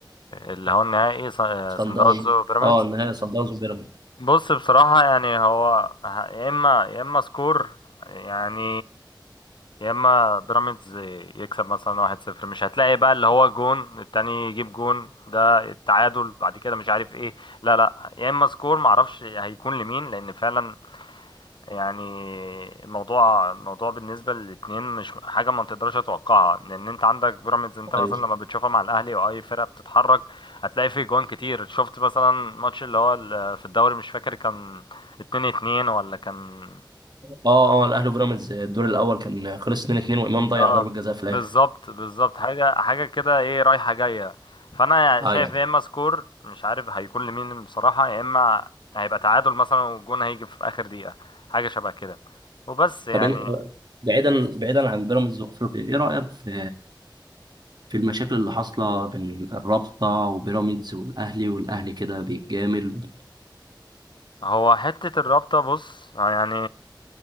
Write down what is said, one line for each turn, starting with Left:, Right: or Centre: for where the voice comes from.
Left: اللي هو النهائي صن-
Right: صن
Left: صن
Right: داونز
Left: داونز وبيراميدز
Right: اه النهائي صن داونز وبيراميدز
Left: بص بصراحة يعني هو ه- يا إما يا إما سكور يعني يا إما بيراميدز يكسب مثلا واحد صفر مش هتلاقي بقى اللي هو جون التاني يجيب جون ده التعادل بعد كده مش عارف ايه لا لا يا إما سكور معرفش هيكون لمين لأن فعلا يعني الموضوع الموضوع بالنسبة للاتنين مش حاجة ما تقدرش تتوقعها لأن أنت عندك بيراميدز أنت مثلا
Right: ايوه
Left: لما بتشوفها مع الأهلي وأي فرقة بتتحرك هتلاقي فيه جوان كتير شفت مثلا ماتش اللي هو ال- في الدوري مش فاكر كان اتنين اتنين ولا كان
Right: اه اه الاهلي وبيراميدز الدور الاول كان خلص 2-2 وامام ضيع
Left: اه
Right: ضربه جزاء في
Left: بالظبط
Right: الاخر
Left: بالظبط حاجة حاجة كده ايه رايحة جاية فأنا
Right: ايوه
Left: شايف يا إما سكور مش عارف هيكون لمين بصراحة يا إما هيبقى تعادل مثلا والجون هيجي في آخر دقيقة حاجة شبه كده وبس يعني
Right: طب انت بعيدا بعيدا عن بيراميدز وافريقيا ايه رايك في في المشاكل اللي حاصله بين الرابطه وبيراميدز والاهلي والاهلي كده بيتجامل
Left: هو حتة الرابطة بص آه، يعني